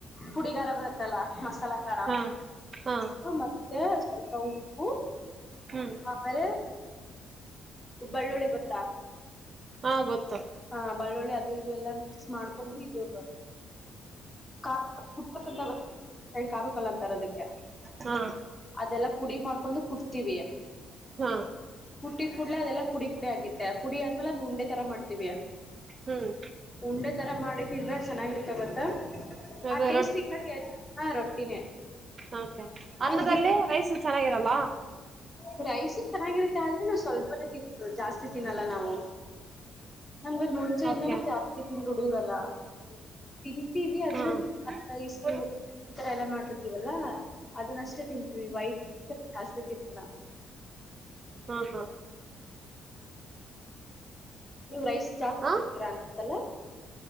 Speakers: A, on the left; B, on the right.
A: ಪುಡಿ ಖಾರ ಬರುತ್ತಲ್ಲ ಮಸಾಲಾ ಖಾರ
B: ಹಾ ಹಾ
A: ಮತ್ತೆ ಸ್ವಲ್ಪ ಉಪ್ಪು
B: ಹ್ಮ್
A: ಆಮೇಲೆ ಬೇಳ್ಳುಳ್ಳಿ ಗೊತ್ತಾ
B: ಹಾ ಗೊತ್ತ
A: ಹಾ ಬೇಳ್ಳುಳ್ಳಿ ಅದು ಇದು ಎಲ್ಲ ಮಿಕ್ಸ್ ಮಾಡ್ಕೊಂಡು ಇದು ಖಾರ ನಮ್ಮ ಸೈಡ್ ಕಾರುಕಲ್ಲ ಅಂತಾರ ಅದಕ್ಕೆ
B: ಹಾ
A: ಅದೆಲ್ಲ ಪುಡಿ ಮಾಡ್ಕೊಂಡು ಕುಟ್ಟುತೀವಿ
B: ಹಾ
A: ಕುಟ್ಟಿದ್ ಕುಡ್ಲೆ ಅದೆಲ್ಲ ಪುಡಿ ಪುಡಿ ಆಗಿ ಪುಡಿ ಆದ್ಮೇಲೆ ಅದು ಉಂಡೆ ತರ ಮಾಡ್ತೀವಿ
B: ಹ್ಮ್
A: ಉಂಡೆ ತರ ಮಾಡಿದ್ದನ್್ರ ಚೆನ್ನಾಗಿರುತ ಗೊತ್ತಾ
B: ಅದೇ
A: ಆ ಟೇಸ್ಟಿ ಈ ಕಡೆ ಎಲ್ಲ ಹಾ ರೊಟ್ಟಿನೇ
B: ಹಕೆ ಅನ್ನದಲ್ಲಿ
A: ಅದು ಬಿಸಿ
B: ರೈಸು ಚೆನ್ನಾಗಿರಲ್ಲ
A: ಪ್ರೈಸ ಚೆನ್ನಾಗಿರುತ್ತೆ ಆದ್ರೆ ನಾವು ಸ್ವಲ್ಪನೆೇ ತಿನ್ ಜಾಸ್ತಿ ತಿನ್ನಲ್ಲ ನಾವು ನಮ್ಗ ಮುಂಚೆಯಿಂದಾನ
B: ಓಕೆ
A: ಜಾಸ್ತಿ ತಿಂದ್ ುಡಿಯರಲ್ಲ ತಿಂತೀವಿ ಅದ್ರಷ್ಟು
B: ಹಾ ಹಾ
A: ಎಲ್ಲ ಮಾಡಿರ್ತಿೀವಲ್ಲಾ ಅದನ್ನ ಅಷ್ಟೇ ತಿಂತೀವಿ ವೈಟ್ ಆಸ್ತತಿನಲ್ಲ
B: ಹಾ ಹಾ
A: ನೀಮ್ ರೈಸ್ ಜಾಸ್ತಿತರ
B: ಹ
A: ಅನ್ಸತ್ತಲ್ಲ